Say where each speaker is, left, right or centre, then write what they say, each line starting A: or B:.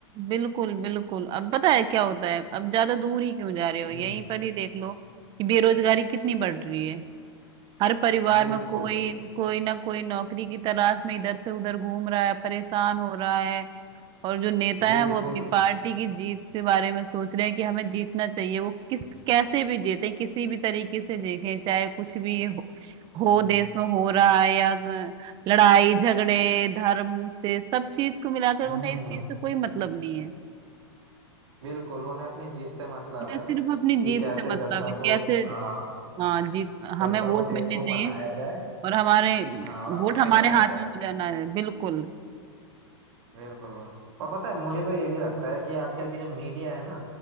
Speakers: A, on the right; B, on the right.
A: बिल्कुल बिल्कुल अब पता है क्या होता है अब ज्यादा दूर ही क्यों जा रहे हो
B: हम्म
A: यहीं पर ही देख लो कि बेरोजगारी कितनी बढ़ रही है हर परिवार
B: बिल्कुल
A: में कोई कोई ना कोई नौकरी की तलाश में इधर से उधर घूम रहा है परेशान हो रहा है और जो नेता
B: बिल्कुल
A: है वो अपनी पार्टी की जीत के बारे में सोच रहे हैं कि हमें जीतना चाहिए वो किस कैसे भी जीते किसी भी तरीके से जीतें चाहे कुछ भी हो, हो
B: हम्म
A: देश में हो रहा है या ग- लड़ाई झगड़े धर्म से सब चीज को मिलाकर उन्हें
B: हम्म,
A: इस चीज से कोई मतलब नहीं है
B: बिल्कुल उन्हें अपनी जीत से मतलब
A: उन्हें
B: है
A: सिर्फ अपनी
B: कि
A: जीत
B: कैसे
A: से मतलब
B: जनता
A: है कैसे
B: को हाँ
A: हाँ जीत
B: जनता
A: हमें वोट
B: को बेवकूफ
A: मिलने चाहिए
B: बनाया जाए
A: और हमारे
B: हाँ और आपस
A: वोट हमारे
B: में लड़ाया
A: हाथ
B: जाए
A: में हो जाना है बिल्कुल
B: बिल्कुल और पता है मुझे तो ये भी लगता है कि आजकल की जो मीडिया है ना